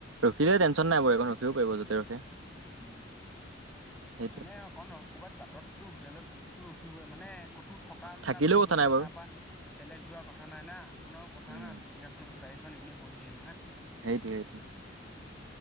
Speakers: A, on the right; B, in the centre.
A: ৰখিলে টেনচন নাই বাৰু এখন ৰখিব পাৰিব যতে ৰখে।
B: উম,
A: সেইটোৱে
B: এনে অকন ক'ৰবাত বাটতো হোটেলতো ৰখিবই মানে ক'তো থকা মেলা
A: থাকিলেও
B: ফুৰিব
A: কথা নাই
B: যায়
A: বাৰু
B: তাৰ পা বেলেগ যোৱাৰ কথা নাই না আপোনাৰো কথা
A: উম
B: না পিছদিনাখন গাড়ীখন এনেই বহি থাকিব না
A: সেইটোৱে।